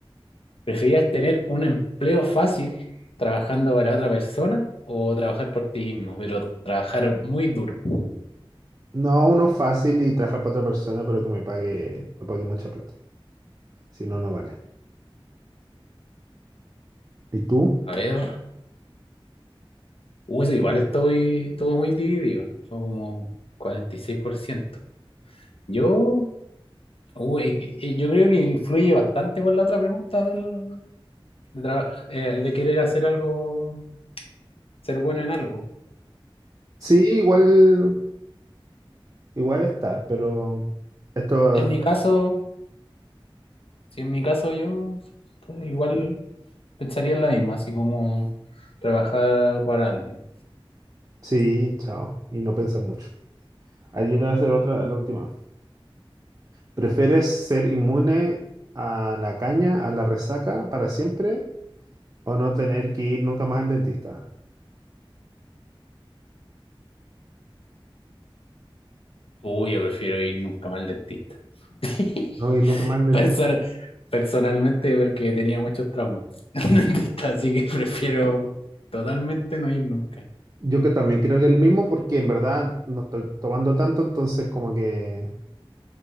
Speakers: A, on the left; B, on the right.
A: ¿Preferirías tener un empleo fácil trabajando para otra persona o trabajar por ti mismo, pero trabajar muy duro?
B: No, uno fácil y trabajar para otra persona, pero que me pague, me pague mucha plata. Si no, no vale. ¿Y tú?
A: A ver, uh, eso igual estoy todo muy dividido, fue como 46%. Yo Uy, eh, eh, yo creo que influye bastante con la otra pregunta del, de, tra- eh, de querer hacer algo, ser bueno en algo.
B: Sí, igual, igual está, pero esto
A: En mi caso, si en mi caso yo pues, igual pensaría en la misma, así como trabajar para alguien.
B: sí, chao. Y no pensar mucho. Ayer te va a hacer otra, la última. ¿Prefieres ser inmune a la caña, a la resaca para siempre o no tener que ir nunca más al dentista?
A: Uy, yo prefiero ir nunca más al dentista. <laughs>
B: No ir nunca más al dentista.
A: Persona- personalmente porque tenía muchos traumas <laughs> al dentista, así que prefiero totalmente no ir nunca.
B: Yo que también creo que el mismo porque en verdad no estoy tomando tanto, entonces como que